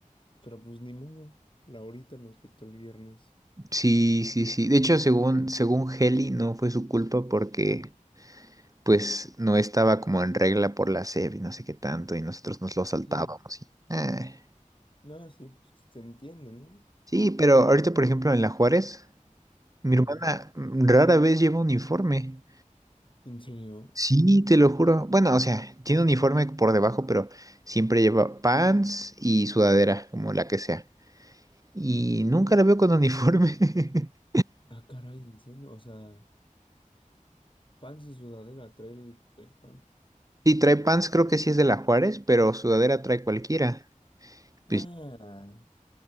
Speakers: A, on the left; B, on the right.
A: pero pues ni modo. La horita nos quitó el viernes.
B: Sí, sí, sí. De hecho, según, según Heli, no fue su culpa porque pues no estaba como en regla por la SEP y no sé qué tanto, y nosotros nos lo saltábamos.
A: Sí.
B: y, eh.
A: No, sí, pues se entiende, ¿no?
B: Sí, pero ahorita, por ejemplo, en la Juárez. Mi
A: Ajá.
B: hermana rara vez lleva uniforme.
A: ¿En serio?
B: Sí, te lo juro. Bueno, o sea, tiene uniforme por debajo, pero siempre lleva pants y sudadera, como la que sea. Y nunca la veo con uniforme. <laughs>
A: Ah, caray, ¿en serio? O sea, pants y sudadera, trae el, el pan-
B: Sí, trae pants, creo que sí es de la Juárez, pero sudadera trae cualquiera. Pues,
A: Ah,